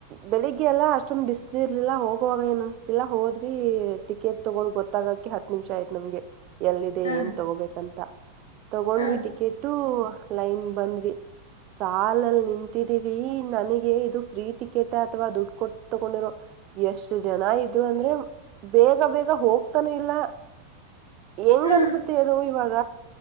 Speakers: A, on the right; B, on the left.
A: ಬೆಳಿಗ್ಗೆಯಲ್ಲಾ ಅಷ್ಟೊಂದು ಬಿಸ್ಲು ಇರ್ಲಿಲ್ಲ ಹೋಗವಾಗ ಏನ್ ಅನಿಸ್ತಿಲ್ಲ ಹೋದ್ವಿ ಟಿಕೆಟ್ ತಗೊಳ ಗೊತ್ತಾಗಕ ಹತ್ತು ನಿಮಿಷ ಆಯ್ತ ನಮಗೆ. ಎಲ್ಲಿದೆ
B: ಹಾ
A: ಏನ್ ತಗೋಬೇಕಂತ ತಗೊಂಡ್ವಿ
B: ಹಾ ಹಾ
A: ಟಿಕೆಟ್ ಥೋ ಲೈನ್ ಬಂದ್ವಿ ಸಾಲಲ್ಲಿ ನಿಂತಿದೀವಿ <inaudible> ನನಗೆ ಇದು ಫ್ರೀ ಟಿಕೆಟ್ ಅಥವಾ ದುಡ್ಡು ಕೊಟ್ಟ ತಗೊಂಡಿರೋ ಎಷ್ಟು ಜನ ಇದ್ರು ಅಂದ್ರೆ ಬೇಗ ಬೇಗ ಹೋಗ್ತಾನ ಇಲ್ಲ ಹೆಂಗ
B: ಹ್ಮ್
A: ಅನ್ಸುತ್ತೆ ಹೇಳು ಇವಾಗ